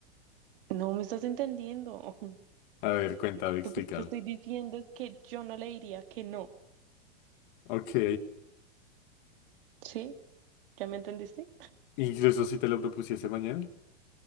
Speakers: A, on the right; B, on the left.
A: No me estás entendiendo. <laughs>
B: A ver, cuéntame, explícame.
A: Lo que te estoy diciendo es que yo no le diría que no.
B: Ok.
A: ¿Sí? ¿Ya me entendiste?
B: Incluso si te lo propusiese mañana.